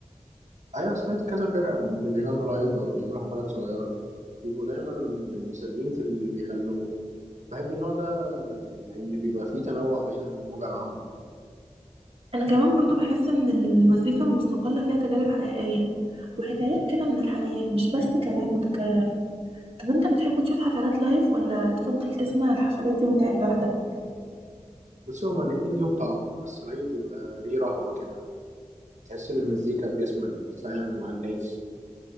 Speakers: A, on the right (about 70°); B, on the right (about 50°).
A: أيوة سمعت كذا فرقة من اللي بيغنوا لايف أو بيعملوا حفلات صغيرة بيبقوا دايما يعني صادقين في اللي بيغنوه بحب النوع ده ل- لأن بيبقى فيه تنوع بعيد عن الموجة العامة
B: انا كمان برضو بحس ان المزيكا المستقلة فيها تجارب حقيقية وحكايات كده من الحياة مش بس كلام متكرر طب انت بتحب تشوف حفلات لايف ولا تفضل تسمع الحفلات دي وانت قاعد لوحدك
A: بس هما الاتنين ليهم طعم بس لايف بيبقى ليه رهبة كده تحس بالمزيكا في جسمك بتتفاعل مع الناس